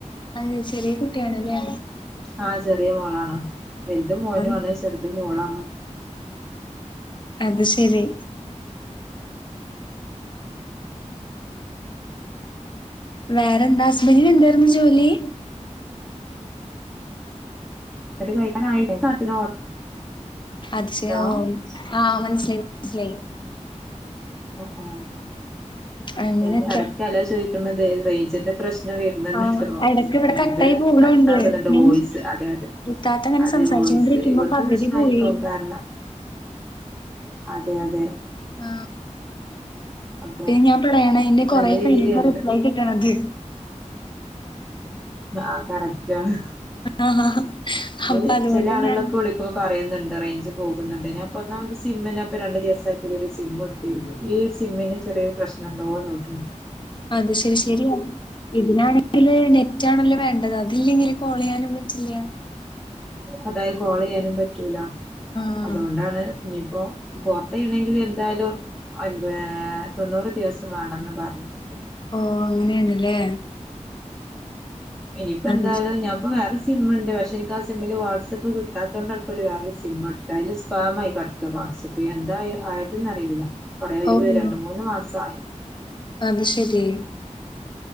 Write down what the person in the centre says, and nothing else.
ആഹ് ചെറിയ മോളാണ് വലുത് മോനു
ആണ് ചെറുത് മോളാണ്
അത് കഴിയാനായി <unintelligible>
ആ
ആ ആ
ഞൻ അടക്ക ഹലോ ചോദിക്കു ന്നത് റേഞ്ചിന്റെ പ്രശ്നം <unintelligible> വരുന്നുണ്ട്
ട്ടോ
ഇത്
കട്ട ആകുന്നുണ്ട്
വോയിസ് അറിയാതെ
അതെ
വോയിസ് ഇവിടുത്തെ
പ്രശ്ന
ആയിരിക്കും കാരണം അതെ അതെ
അപ്പൊ
നല്ല രീതിയിലുണ്ട്
ആഹ് കറക്റ്റ് ആണ്
അത്
ചില ആളുകളൊക്കെ
വിളിക്ക ഇപ്പ പറയുന്നുണ്ട് റേഞ്ച് പോകുന്നുണ്ട് ഞാൻ ഇപ്പോ ഒന്നാ സിമ്മന്നേ ആ രണ്ട് ദിവസായി പുതിയൊരു സിം ഈ ഒരു സിമ്മിന് ചെറിയ പ്രശ്നംണ്ടോ ഡൗട്ട് ഉണ്ട്
അതായി കോള് ചെയ്യാനും പറ്റൂല
അതുകൊണ്ടാണ് ഞിപ്പോ പോർട്ട് ചെയ്യണെങ്കില് എന്തായാലും അൻപേ തൊണ്ണൂറ് ദിവസം വേണെന്ന് പറഞ്ഞ് കേട്ടു
ഇനിയിപ്പ
എന്തായാലും ഞാ ഇപ്പൊ വേറെ സിമ്മിണ്ട് പക്ഷെ എനിക്കാ സിമ്മില് വാട്സപ്പ് കിട്ടാത്ത കൊണ്ടാണിപ്പൊ ഒരു വേറെ സിമ്മ് എടു ന്തായാലും സ്പാമ് ആയി കെടക്ക വാട്സപ്പ് എന്തായ ആയതെന്ന് അറിയൂല്ല കൊറേ ഒരു
രണ്ട് മൂന്ന് മാസായി